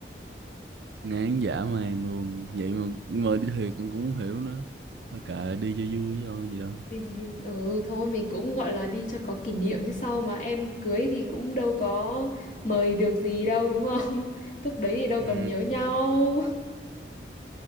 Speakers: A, on the right; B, on the left.
A: ngán dã man luôn vậy mà mà đi thiệt con cũng không hiểu nữa thôi kệ đi cho vui thôi gì đó
B: đi du- ừ thôi mình cũng gọi là đi cho có kỷ niệm chứ sau mà em cưới thì cũng đâu có mời được gì đâu đúng không <laughs> lúc đấy thì đâu
A: ừ.
B: còn nhớ nhau